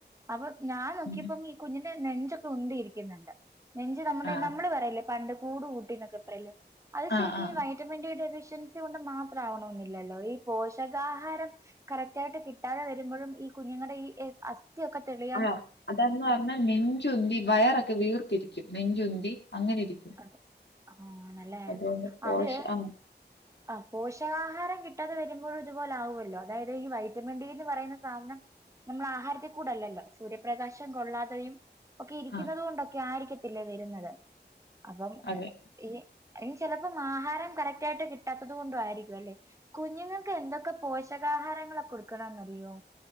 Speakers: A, on the right (about 15°); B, on the left (about 75°).
A: അപ്പൊ ഞാൻ നോക്കിയപ്പം
B: ഉം.
A: ഇ കുഞ്ഞിന്റെ നെഞ്ചൊക്കെ ഉണ്ടിരിക്കുന്നുണ്ട് നെഞ്ച് നമ്മുടെ
B: ആ
A: നമ്മള് പറയില്ലേ പണ്ട് കൂട് കൂ ട്ടിനോക്കെ പറയ്ല്ലേ അത്
B: ആ
A: ശരിക്കും
B: ആ
A: ഈ വ ഡി ഡെഫിഷ്യൻസി കൊണ്ട് മാത്രം ആവണെന്നില്ലല്ലോ ഈ പോഷകാഹാരം, കറക്റ്റ് ആയിട്ട് കിട്ടാതെ വരുമ്പോഴും ഈ കുഞ്ഞുങ്ങളുടെ ഈ അ <unintelligible> ഒക്കെ തെളി
B: ആഹ് അതെന്ന് പറഞ്ഞാൽ നെഞ്ചുന്തി വയറൊക്കെ വീർത്തിരിക്കും നെഞ്ചുന്തി അങ്ങനെ ഇരിക്കും,
A: അതെ ആണല്ലേ
B: അതുകൊണ്ട് പോഷ
A: അത്,
B: ആ
A: ആഹ്, പോഷകാഹാരം കിട്ടാതെ വരുമ്പോഴും ഇതുപോലാവല്ലോ അതായത് ഈ വൈറ്റമിൻ ഡിന്ന് പറയുന്ന സാധനം, നമ്മൾ ആഹാരത്തിൽ കൂടിയല്ലല്ലോ സൂര്യപ്രകാശം കൊള്ളാതെയും, ഒക്കെ ഇരിക്കുന്നുന്നത്
B: ആ
A: കൊണ്ടൊക്കെ ആയിരിക്കത്തില്ലേ വരുന്നത്? അപ്പം
B: അതെ
A: ഈ ഇനി ചിലപ്പം ആഹാരം കറക്റ്റ് ആയിട്ട് കിട്ടാത്തത് കൊണ്ടും ആയിരിക്കും അല്ലെ കുഞ്ഞുങ്ങൾക്ക് എന്തൊക്കെ പോഷകാഹാരങ്ങള കൊടുക്കണന്ന്റിയോ